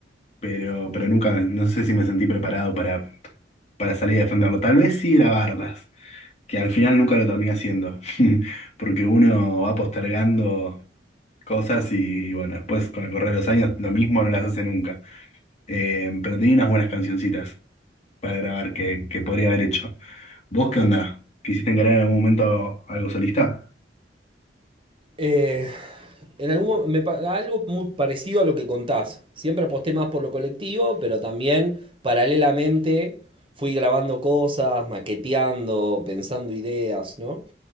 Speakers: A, on the left (about 40°); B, on the right (about 30°).
A: pero, pero nunca, no sé si me sentí preparado para, para salir a defenderlo. Tal vez sí grabarlas, que al final nunca lo terminé haciendo, <laughs> porque uno va postergando cosas y, y bueno, después con el correr de los años lo mismo no las hace nunca. Eh, pero tenía unas buenas cancioncitas para grabar que, que podría haber hecho. ¿Vos qué onda? ¿Quisiste encarar en algún momento algo solista?
B: Eh, en algún mo- me pa- algo muy parecido a lo que contás. Siempre aposté más por lo colectivo, pero también paralelamente fui grabando cosas, maqueteando, pensando ideas, ¿no?